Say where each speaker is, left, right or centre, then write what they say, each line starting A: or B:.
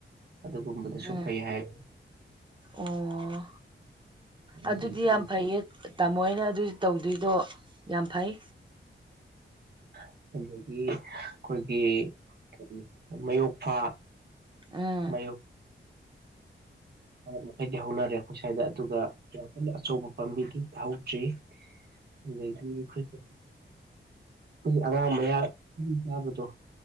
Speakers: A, on the right; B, on the right.
A: ꯑꯗꯨꯒꯨꯝꯕꯗꯁꯨ
B: ꯎꯝ
A: ꯐꯩ ꯍꯥꯏ
B: ꯑꯣ
A: ꯑꯗꯒꯤ
B: ꯑꯗꯨꯗꯤ ꯌꯥꯝ ꯐꯩꯌꯦ ꯇꯥꯃꯣꯅ ꯑꯗꯨ ꯇꯧꯗꯣꯏꯗꯣ ꯌꯥꯝ ꯐꯩ
A: <unintelligible> ꯑꯗꯒꯤ ꯑꯩꯈꯣꯏꯒꯤ ꯀꯔꯤ ꯃꯌꯣꯛꯐꯥ
B: ꯎꯝ
A: ꯃ ꯃꯈꯩꯗꯤ ꯍꯧꯅꯔꯦ ꯑꯩꯈꯣꯏ ꯁ꯭ꯋꯥꯏꯗ ꯑꯗꯨꯒ ꯌꯥꯝ ꯀꯟꯅ ꯑꯆꯧꯕ ꯄꯥꯝꯕꯤꯗꯤ ꯍꯧꯗ꯭ꯔꯤ ꯎ ꯑꯗꯒꯤ ꯑꯩꯈꯣꯏ ꯎꯝ ꯑꯩꯈꯣꯏꯒꯤ ꯑꯉꯥꯡ ꯃꯌꯥ ꯈꯨ ꯆꯥꯕꯗꯣ